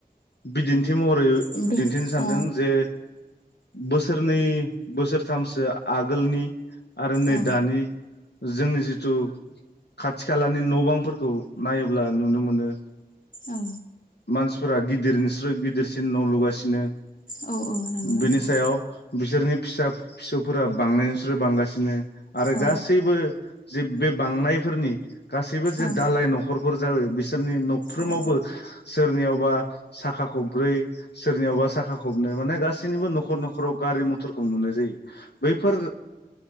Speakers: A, on the left; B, on the left.
A: बिदिन थि महरै
B: बे
A: दिन्थिनो सान्दों
B: औ
A: जे बोसोरनै बोसोरथामसो आगोलनि आरो नै
B: औ
A: दानि जोंनि जिथु खाथि खालानि न' बांफोरखौ नायोब्ला नुनो मोनो।
B: औ।
A: मानसिफोरा गिदिरनिस्रुइ गिदिरसिन न' लुगासिनो।
B: औ औ नंगौ
A: बिनि
B: नों
A: सायाव बिसोरनि फिसा फिसौफोरा बांनायनिस्राइ बांगासिनो आरो
B: औ
A: गासैबो जे बे बांनाय फोरनि गासैबो जे
B: औ
A: दालाय न'खरफोर जाबाय बिसोरनि न'फ्रोमावबो
B: औ
A: सोरनियावबा साखा खबब्रै सोरनियावबा साखा खबनै माने गासैनिबो न'खर न'खराव गारि मथरखौ नुनाय जायो बैफोर